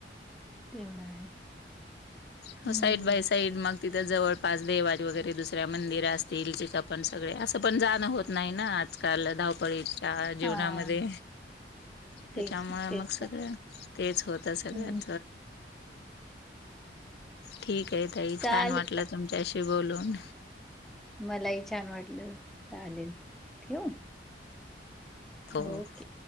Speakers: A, in the centre; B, on the left.
A: तेवढं आहे.
B: हा
A: हं.
B: सईड बय सईड मग तिथं जवळपास देवाात वगैरे दुसऱ्या मंदिर असतील तिथं पण सगळे असं पण जाणं होत नाही ना आ आजकाल धावपळीच्या जीवनामध्ये
A: हां.
B: त्याच्यामुळे
A: तेच तेच
B: मग सगळ तेच होतं सगळ्यां
A: हम्म
B: ठीक आहे तई
A: चालेल
B: छान वाटलं तुमच्याशी बोलून
A: मलाही छान वाटलं चालेल ठेऊ
B: हो
A: ओके